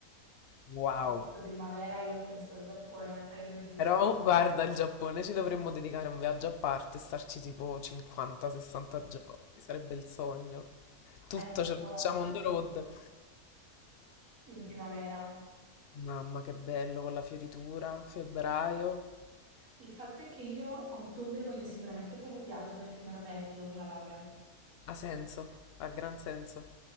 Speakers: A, on the left; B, on the right.
A: Wow.
B: hai detto primavera, io ho pensato al Giappone, sarebbe bellissimo.
A: Però guarda, il Giappone ci dovremmo dedicare un viaggio a parte e starci tipo 50-60 giorni, sarebbe il sogno. Tutto
B: Eh, lo
A: ce lo
B: so,
A: facciamo on the road.
B: in primavera.
A: Mamma, che bello con la fioritura, febbraio.
B: Il fatto è che io a ottobre voglio sicuramente fare un viaggio perché me lo merito dopo la laurea.
A: Ha senso, ha gran senso.